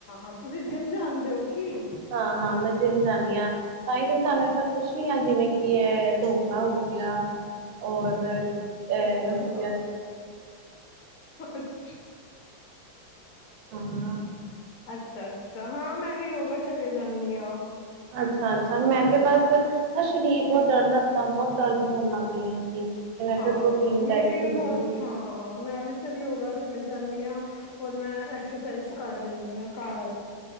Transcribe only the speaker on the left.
ਹਾਂ। ਤੁਸੀਂ ਜਿੰਮ ਜਾਂਦੇ ਹੋ ਕੀ
ਅੱਛਾ
ਅੱਛਾ,
ਅਛ
ਅੱਛਾ-ਅੱਛਾ, ਹਾਂ ਮੈਂ ਵੀ ਯੋਗਾ ਚਲੇ ਜਾਂਨੀ ਆਂ।
ਹਾਂ
ਮੇਰੀ
ਵੀ
ਬੋਤ
ਹਾਂ। ਹਾਂ ਮੈਂ ਵੀ ਫੇਰ ਯੋਗਾ ਚਲੇ ਜਾਂਨੀ ਆਂ ਹੋਰ ਮੈਂ ਐਕਸਰਸਾਈਜ਼ ਕਰ ਲੈਂਨੀ ਆਂ ਘਰ।